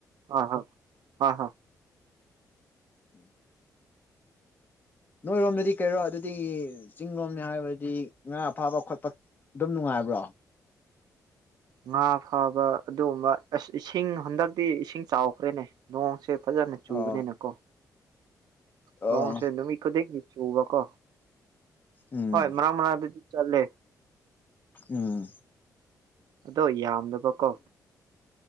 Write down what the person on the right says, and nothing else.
ꯍ ꯍ ꯍ ꯍ
ꯉꯥ ꯐꯥꯕ ꯑꯗꯨꯒꯨꯝꯕ ꯑꯁ ꯏꯁꯤꯡ ꯍꯟꯗꯛꯇꯤ ꯏꯁꯤꯡ ꯆꯥꯎꯈ꯭ꯔꯦꯅꯦ ꯅꯣꯡ ꯁꯦ ꯐꯖꯅ ꯆꯨꯕꯅꯤꯅꯀꯣ
ꯅꯣꯡꯁꯦ ꯅꯨꯃꯤꯀꯣꯗꯅꯤ ꯆ ꯎꯕ ꯀꯣ
ꯍꯣꯏ ꯃꯔꯔ ꯃꯔꯔ ꯆꯜꯂꯦ
ꯑꯗꯣ ꯌꯥꯝꯗꯕꯀꯣ